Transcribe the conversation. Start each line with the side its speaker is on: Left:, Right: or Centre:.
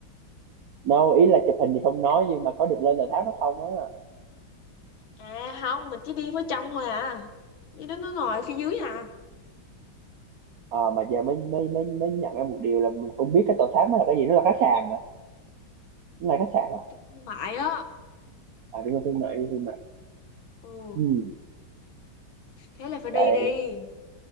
Right: Đâu, ý là chụp hình thì không nói nhưng mà có được lên tòa tháp đó không á?
Left: à không mình chỉ đi với trong thôi à như đó nó ngồi phía dưới à
Right: À, mà giờ mới mới mới mới nhận ra một điều là mình không biết cái tòa tháp đó là cái gì, nó là khách sạn hả? Nó là khách sạn hả?
Left: Trung thương mại á
Right: À đúng rồi, thương mại, đúng rồi, thương mại.
Left: ừ
Right: Ừ.
Left: thế là phải đi
Right: tại
Left: đi